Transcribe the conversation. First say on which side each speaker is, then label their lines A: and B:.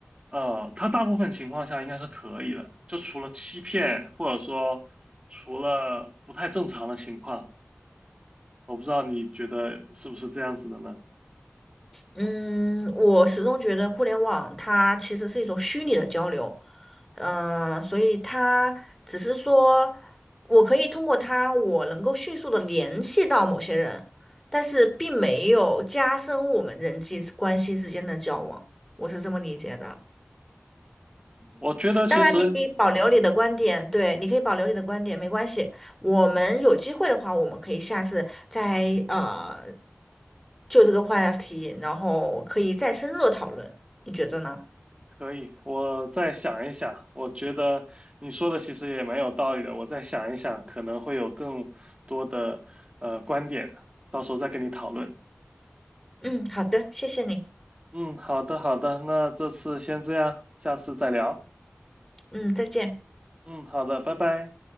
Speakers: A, on the right; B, in the centre.
A: 呃，它大部分情况下应该是可以的，就除了欺骗，或者说除了不太正常的情况，我不知道你觉得是不是这样子的呢？
B: 嗯，我始终觉得互联网它其实是一种虚拟的交流，嗯、所以它只是说我可以通过它，我能够迅速的联系到某些人，但是并没有加深我们人际关系之间的交往，我是这么理解的。
A: 我觉得其实
B: 当然，你可以保留你的观点，对，你可以保留你的观点，没关系。我们有机会的话，我们可以下次再呃就这个话题，然后可以再深入的讨论，你觉得呢？
A: 可以，我再想一想。我觉得你说的其实也蛮有道理的，我再想一想，可能会有更多的呃观点，到时候再跟你讨论。
B: 嗯，好的，谢谢你。
A: 嗯，好的，好的，那这次先这样，下次再聊。
B: 嗯，再见。
A: 嗯，好的，拜拜。